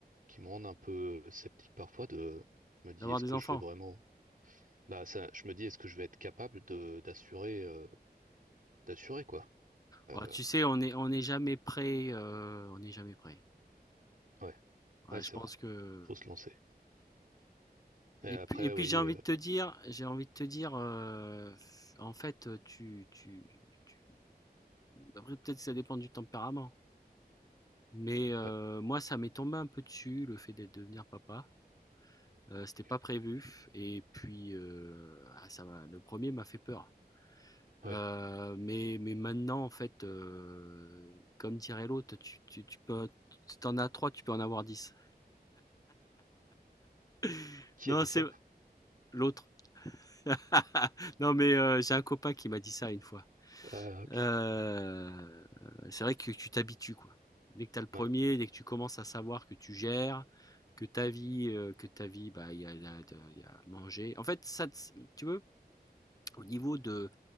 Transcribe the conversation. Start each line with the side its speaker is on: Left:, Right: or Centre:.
Right: qui me rendent un peu euh, sceptique parfois de, je me dis,
Left: D'avoir
Right: est-ce
Left: des
Right: que
Left: enfants.
Right: je vais vraiment, bah ça, je me dis, est-ce que je vais être capable de, d'assurer, euh, d'assurer quoi. Euh,
Left: Ouais, tu sais, on est on n'est jamais prêt. euh, on n'est jamais prêt.
Right: ouais,
Left: Ouais,
Right: ouais, c'est
Left: je pense
Right: vrai,
Left: que.
Right: faut se lancer. Et
Left: Et
Right: après,
Left: puis, et puis
Right: oui,
Left: j'ai envie
Right: euh,
Left: de te dire, j'ai envie de te dire, euh, en fait, tu, tu, tu... Après, peut-être que ça dépend du tempérament. Mais heu,
Right: ouais,
Left: moi, ça m'est tombé un peu dessus, le fait d'être devenir papa. Heu, c'était
Right: ok,
Left: pas prévu et puis, heu, ah ça m'a le premier m'a fait peur.
Right: ouais.
Left: Heu, mais mais maintenant, en fait, heu, comme dirait l'autre, tu tu tu peux si tu en as 3, tu peux en avoir 10. <laughs>
Right: Qui
Left: Non,
Right: a dit
Left: c'est
Right: ça?
Left: l'autre. <laughs> Non, mais heu, j'ai un copain qui m'a dit ça une fois.
Right: Ah, ok,
Left: Euh, c'est vrai que tu t'habitues, quoi. Dès que tu as le premier,
Right: ouais,
Left: dès que tu commences à savoir que tu gères, que ta vie, euh, que ta vie, bah, il y a, il y a- il y a manger. En fait, ça, tu veux, au niveau de,